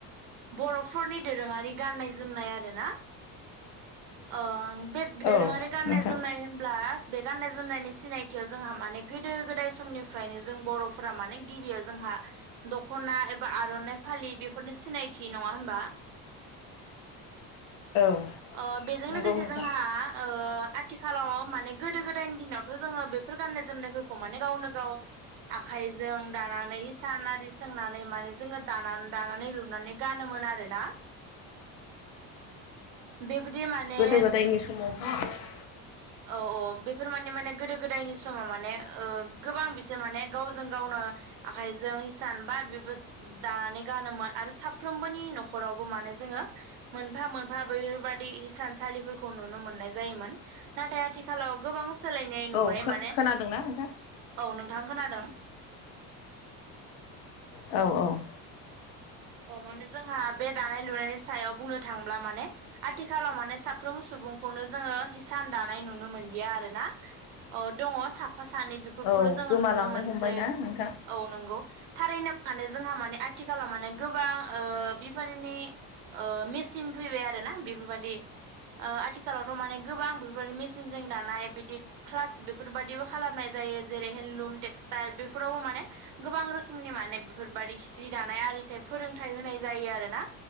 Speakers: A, on the right; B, on the left.
A: बर'फोरनि दोरोङारि गाननाय जोमनाय आरोना ओ बे दोरोङारि
B: औ
A: गाननाय
B: नोंथां
A: जोमनाय होनोब्ला बे गाननाय जोमनायनि सिनायथियाव जोंहा माने गोदो गोदाय समनिफ्रायनो जों बर'फोरा माने गिबियाव जोंहा दख'ना एबा आर'नाइ फालि बेफोरनि सिनायथि नङा होनबा
B: औ
A: ओ बेजों
B: नंगौ
A: लोगोसे
B: नोंथां
A: जोंहा आथिखालाव माने गोदो गोदायनि दिनावथ' जोङो बेफोर गाननाय जोमनायफोरखौ माने गावनो गाव आखाइजों दानानै हिसान आरि सोंनानै माने जोङो दानानै दानानै लुनानै गानोमोन आरो ना बेबायदि माने
B: गोदो <inaudible>
A: औ औ बेफोर माने माने गोदो गोदायनि समाव माने ओ गोबां बिसोर माने गावजों गावनो आखाय जों एसान बा बेबोस दानानै गानोमोन आरो साफ्रोमबोनि न'खरावबो मानो जोङो मोनफा मोनफा बेफोरबादि हिसानसालिफोरखौ नुनो मोननाय जायोमोन नाथाय आथिखालाव गोबां सोलायनाय नुबाय
B: औ
A: माने
B: खोनादोंना नोंथां?
A: औ नोंथां खोनादों
B: औ औ
A: अ माने जोंहा बे दानाय लुनायनि सायाव बुंनो थांब्ला माने आथिखालाव माने साफ्रोमबो सुबुंखौनो जोङो हिसान दानाय नुनो मोनदिया आरो ना औ दङ साफा सानै बेफोरखौल'
B: औ
A: जोङो
B: गोमालांनो
A: नुनो मोनसै
B: हमबायना नोंथां
A: औ नंगौ थारैनो माने जोंहा माने आथिखालाव माने गोबां ओ बेफारिनि मेसिन फैबाय आरोना बेफोरबादि ओ आथिखालावथ' माने गोबां बेफोरबायदि मेसिनजों दानाय बिदि क्लास बेफोरबादिबो खालामनाय जायो जेरैहाय लुम टेक्सटाइल बेफोरावबो माने गोबां रोखोमनि माने बेफोरबायदि सि दानाय आरिथेब फोरोंथाइ होनाय जायो आरोना